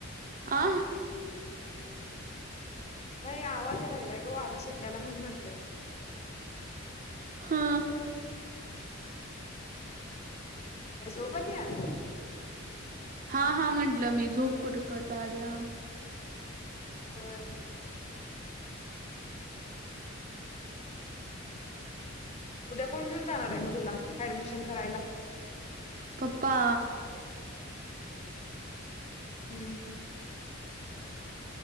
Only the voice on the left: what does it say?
नाही आवाज यायला लागलाय ग वारं सुटल्याला म्हणून म्हटलं.
काय झोप आल्या?
बर बर. उद्या कोण घेऊन जाणार आहे मग तुला, ऍडमिशन करायला?
हम्म -हं,